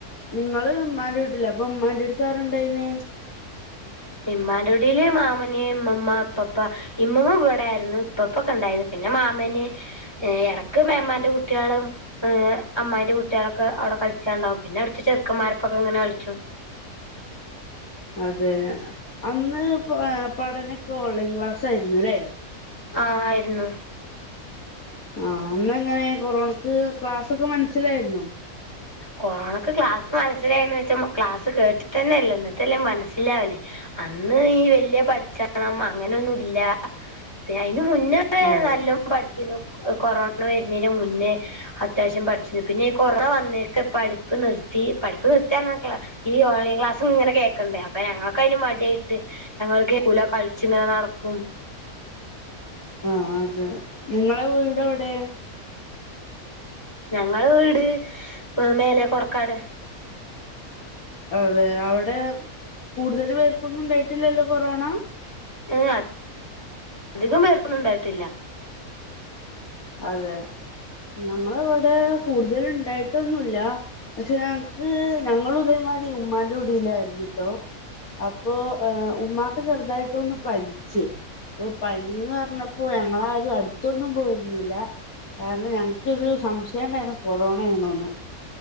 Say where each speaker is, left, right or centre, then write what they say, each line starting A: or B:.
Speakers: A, on the left; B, on the left.
A: നിങ്ങള് ഉമ്മാന്റെ വീട്ടില് അപ്പൊ ഉമ്മാന്റെ അടുത്ത് ആരാ ഇണ്ടായിന്?
B: ഇമ്മാന്റെ ഇടിയില് മാമന്, ഇമ്മമ്മ, ഇപ്പപ്പ, ഇമ്മങ്ങ ഇവിടെ ആയിരുന്നു ഇപ്പപ്പൊക്കെ ഉണ്ടായത് പിന്നെ മാമന് ഏഹ് ഇടക്ക് മേമാന്റെ കുട്ടികളും ഏഹ് അമ്മാന്റെ കുട്ടികളൊക്കെ അവിടെ കളിച്ചാണ്ടാവും പിന്നെ അടുത്ത ചെറുക്കന്മാരപ്പൊക്കെ എങ്ങനെ കളിച്ചു.
A: അതെ അന്ന് പഠനൊക്കെ ഓൺലൈൻ ക്ലാസ് ആയിരുന്നുല്ലേ?
B: ആഹ് ആയിരുന്നു.
A: ആഹ് അന്ന് എങ്ങനെ കൊറോണക്ക് ക്ലാസൊക്കെ മനസ്സിലായിരുന്നോ?
B: കൊറോണക്ക് ക്ലാസ് മനസ്സിലായിന്ന് വെച്ചാ ക്ലാസ്സ് കേട്ടിട്ട് തന്നെയില്ല എന്നിട്ടല്ലേ മനസ്സിലാവല് അന്ന് ഈ വല്ല്യ പഠിച്ചണം അങ്ങനെയൊന്നുല്ല പി ഇയിനു മുന്നേ
A: അതെ
B: നല്ലോം പഠിച്ചിനു. കൊ കൊറോണ വരുന്നതിന് മുന്നേ അത്യാവശ്യം പഠിച്ചിനു പിന്നെ ഈ കൊറോണ വന്നേ രത്ത് പഠിപ്പ് നിർത്തി പഠിപ്പ് നിർത്തിയാ റഞ്ഞാ ഈ ഓൺലൈൻ ക്ലാസ്സും ഇങ്ങനെ കേൾക്കണ്ടേ അപ്പൊ ഞങ്ങൾക്ക് അതിന് മടിയിട്ട് ഞങ്ങൾ കേക്കൂല കളിച്ച് ഇങ്ങനെ നടക്കും.
A: ആ അതെ നിങ്ങളെ വീട് എവിടേ?
B: ഞങ്ങലേ വീട് മേലെ കൊടക്കാട്.
A: അതെ അവിടെ കൂടുതൽ പേർക്കൊന്നും ഉണ്ടായിട്ടില്ലല്ലോ കൊറോണ?
B: ഏഹ് അധികം പേർക്കൊന്നും ഇണ്ടായിട്ടില്ല.
A: അതെ ഞങ്ങളെ ഇവിടെ കൂടുതൽ ഉണ്ടായിട്ടൊന്നുമില്ല പക്ഷേ ഞങ്ങക്ക് ഞങ്ങളുതേമാരി ഉമ്മാന്റെ കുടിയിലായിരുന്നു ട്ടോ അപ്പൊ ഏഹ് ഉമ്മാക്കെ ചെറുതായിട്ടൊന്ന് പനിച്ചു അപ്പൊ പനിന്ന് പറഞ്ഞപ്പോ ഞങ്ങളാരും അടുത്തൊന്നും പോയി രുന്നില്ല കാരണം ഞങ്ങക്കൊരു സംശയം ഉണ്ടായിരുന്നു കൊറോണ ആണോന്ന്